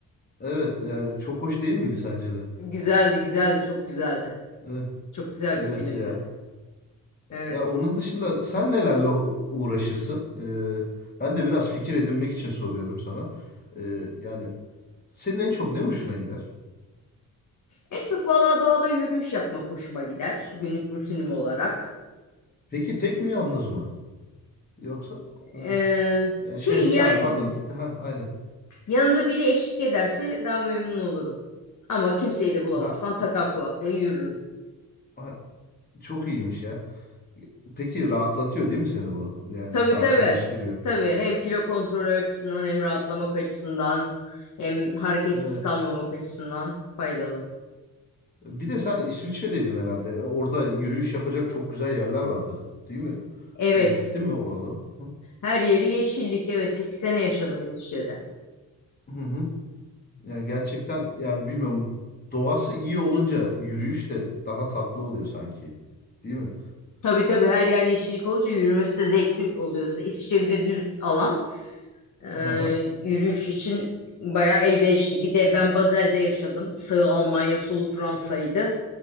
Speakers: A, on the left (about 25°); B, on the left (about 55°).
A: Evet yani çok hoş değil miydi sence de?
B: Güzeldi, güzeldi, çok güzeldi.
A: Evet,
B: Çok güzel
A: evet
B: bir filmdi.
A: ya.
B: Evet.
A: Ya onun dışında sen nelerle u- uğraşırsın? Ee, ben de biraz fikir edinmek için soruyorum sana. Ee, yani senin en çok ne hoşuna gider?
B: En çok valla doğada yürüyüş yapmak hoşuma gider. Günlük rutinim olarak.
A: Peki tek mi yalnız mı? Yoksa Hı.
B: Ee,
A: Ya
B: şey
A: şey
B: yani
A: yani pardon t- ha, aynen.
B: yanında biri eşlik ederse daha memnun olurum. Ama kimseyi de bulamazsam
A: Ha,
B: takar kulaklığı yürürüm.
A: ha, çok iyiymiş ya. Peki rahatlatıyor değil mi seni bu? Yani
B: Tabii
A: sakinleştiriyor.
B: tabii. Tabii hem kilo kontrolü açısından hem rahatlamak açısından hem hareketsiz
A: Evet.
B: kalmamak açısından faydalı.
A: Bir de sen İsviçre'deydin herhalde. E, Orada yürüyüş yapacak çok güzel yerler vardır, değil mi?
B: Evet,
A: Ya gittin mi oralara? Hı
B: her yeri yeşillik. Evet, 8 sene yaşadım İsviçre'de.
A: hı. hı. Yani gerçekten yani bilmiyorum doğası iyi olunca yürüyüş de daha tatlı oluyor sanki. Değil mi?
B: Tabii tabii her yer yeşillik olunca yürümesi de zevkli oluyor. İsviçre bir de düz alan. Ee,
A: Aha.
B: yürüyüş için bayağı elverişli. Bir de ben Basel'de yaşadım. Sağı Almanya, solu Fransa'ydı.